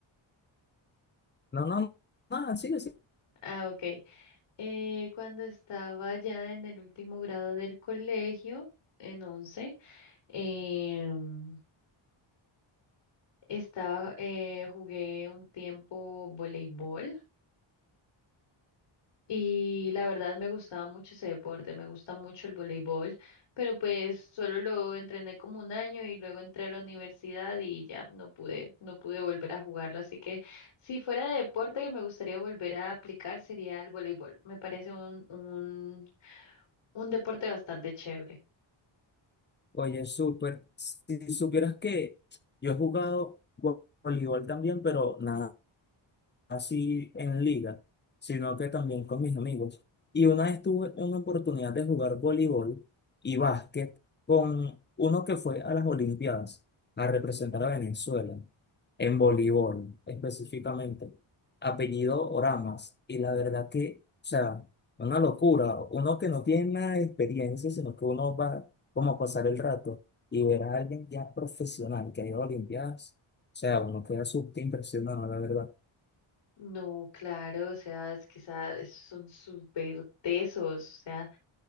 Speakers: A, on the left; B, on the left.
A: No, no, no, nada, sigue, sigue.
B: Ah, ok. Eh, cuando estaba ya en el último grado del colegio, en once, em, estaba, eh, jugué un tiempo voleibol y la verdad me gustaba mucho ese deporte, me gusta mucho el voleibol, pero pues solo lo entrené como un año y luego entré a la universidad y ya no pude, no pude volver a jugarlo, así que si fuera de deporte que me gustaría volver a aplicar sería el voleibol. Me parece un, un, un deporte bastante chévere.
A: Oye, súper. Si supieras que yo he jugado vo- voleibol también, pero nada. así en liga, sino que también con mis amigos. Y una vez tuve una oportunidad de jugar voleibol y básquet con uno que fue a las Olimpiadas a representar a Venezuela, en voleibol específicamente, apellido Oramas. Y la verdad que, o sea, una locura, uno que no tiene nada de experiencia, sino que uno va como a pasar el rato y ver a alguien ya profesional que ha ido a Olimpiadas. O sea, uno queda súper impresionado, la verdad.
B: No, claro, o sea, es que esa- esos son súper tesos, o sea,